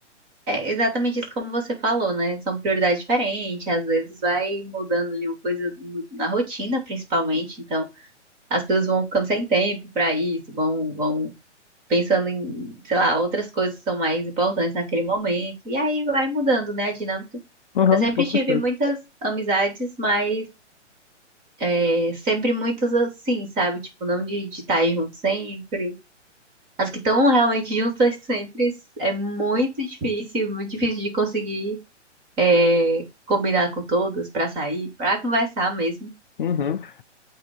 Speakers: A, on the right (about 25°); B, on the left (about 45°).
A: É exatamente isso como você falou, né? São prioridades diferentes, às vezes vai mudando ali uma coisa no- na rotina, principalmente, então as pessoas vão ficando sem tempo para isso, vão, vão pensando em, sei lá, outras coisas que são mais importantes naquele momento, e aí vai mudando, né, a dinâmica.
B: Aham,
A: Eu sempre
B: com
A: tive
B: certeza.
A: muitas amizades, mas é, sempre muitas assim, sabe? Tipo, não de de estar junto sempre. As que estão realmente juntas <laughs> sempre é muito difícil, muito difícil de conseguir é, combinar com todos pra sair, pra conversar mesmo.
B: Uhum.